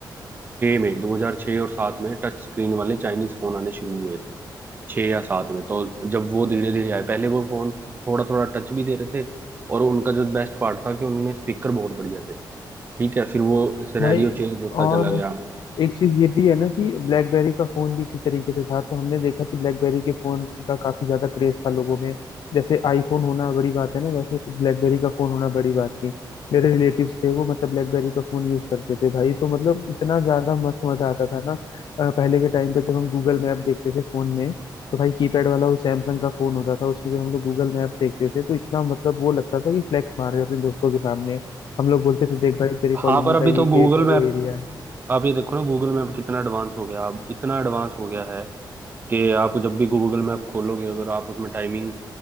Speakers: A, on the right; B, on the left.
A: में 2006 और 7 में टच स्क्रीन वाले चाइनीज फोन आने शुरू हुए थे 6 या 7 में तो जब वो धीरे धीरे आए पहले वो फोन थोड़ा थोड़ा टच भी दे रहे थे और उनका जो बेस्ट पार्ट था कि उनमें स्पीकर बहुत बढ़िया थे ठीक है फिर वो सिनेरियो
B: भाई
A: चेंज होता
B: और
A: चला गया
B: एक चीज ये भी है ना कि ब्लैकबेरी का फोन भी इसी तरीके से था तो हमने देखा कि ब्लैकबेरी के फोन का काफी ज्यादा क्रेज था लोगों में जैसे आईफोन होना बड़ी बात है ना वैसे ब्लैकबेरी का फोन होना बड़ी बात थी मेरे रिलेटिव्स थे वो मतलब ब्लैकबेरी का फोन यूज करते थे भाई तो मतलब इतना ज्यादा मस्त मजा आता था ना अ, पहले के टाइम पे जब हम गूगल मैप देखते थे फोन में तो भाई कीपैड वाला वो सैमसंग का फोन होता था उसमें जब हम लोग गूगल मैप देखते थे तो इतना मतलब वो लगता था कि फ्लेक्स मार रहे हैं अपने दोस्तों के सामने हम लोग बोलते थे देख भाई तेरे
A: हाँ
B: कॉलोनी
A: पर अभी
B: का ये
A: तो गूगल
B: गेट है
A: मैप
B: वो एरिया है
A: आप ये देखो ना गूगल मैप कितना एडवांस हो गया अब इतना एडवांस हो गया है कि आप जब भी गूगल मैप खोलोगे अगर आप उसमें टाइमिंग